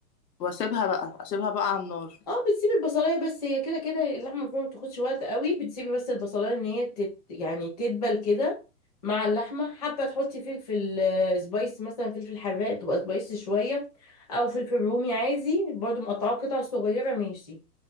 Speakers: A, on the left; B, on the left.
A: واسيبها بقى اسيبها بقى على النار
B: اه بتسيبي البصلايه بس هي كده كده اللحمه المفرومه ما بتاخدش وقت قوي بتسيبي بس البصلايه ان هي تت يعني تدبل كده مع اللحمه حابه تحطي فلفل آه، سبايس مثلا فلفل حراق تبقى سبايسي شويه او فلفل رومي عادي برضو مقطعاه قطع صغيره ماشي